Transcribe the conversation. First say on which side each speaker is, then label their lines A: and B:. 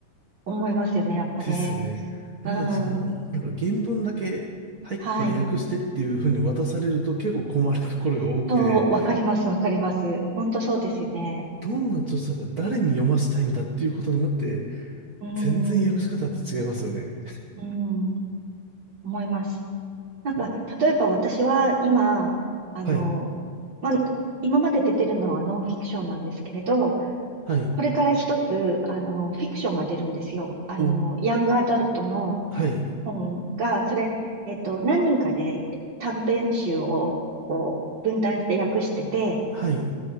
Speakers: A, on the right; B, on the right.
A: 思いますよね、やっぱね。
B: ですよね。なので、
A: うん。
B: その、なんか原文だけ、はい、
A: はい。
B: これ訳してっていうふうに渡されると結構困るところが多くて、
A: そう、わかります、わかります。本当そうですよね。
B: どんな著者が誰に読ませたいんだっていうことによって、
A: うん。
B: 全然訳し方って違いますよね。
A: うん。思います。なんか、
B: そう
A: 例えば私は今、あの、
B: はい、
A: まあ、今まで出てるのはノンフィクションなんですけれど、
B: はい、
A: これから一つ、あの、フィクションが出るんですよ。あの、
B: お、
A: ヤングアダルトの
B: はい、
A: 本が、それ、えっと、何人かで短編集をこう分担して訳してて
B: はい、